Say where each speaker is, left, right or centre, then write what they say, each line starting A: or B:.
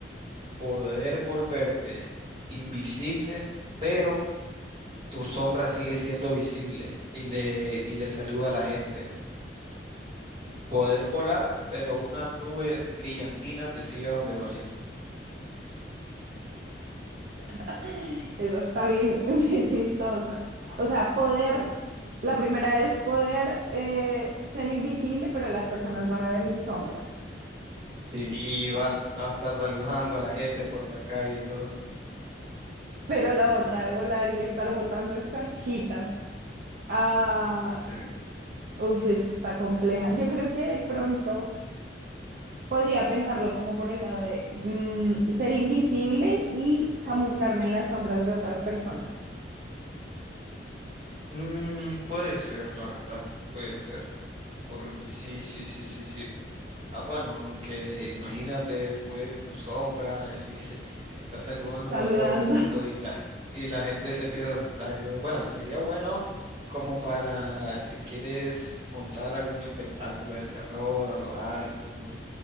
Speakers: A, on the right; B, on the right.
A: ¿Poder volverte invisible, pero tu sombra sigue siendo visible y le, y le saluda a la gente? poder volar, pero una nube brillantina te sigue a donde vayas.
B: <laughs> Eso está bien, <laughs> bien chistosa. O sea, poder, la primera es poder eh, ser invisible, pero las personas van a ver mi sombra.
A: Y, y vas a estar saludando a la gente por la calle y todo.
B: Pero la otra de volar y estar botando escarchita. Ah,
A: Sí.
B: uff, esa está compleja. Yo creo que de pronto podría pensarlo como por el lado de mm, ser invisible y camuflarme en las sombras de otras personas.
A: Mm, puede ser, la verdad, puede ser. Por, sí, sí, sí, sí, sí. Ah, bueno, aunque imagínate después tu sombra, así se está saludando
B: Saludando.
A: a todo mundo
B: <laughs>
A: y la, y la gente se empieza a asustar. Y todo. Bueno, sería bueno como para si quieres montar algún espectáculo de terror o algo.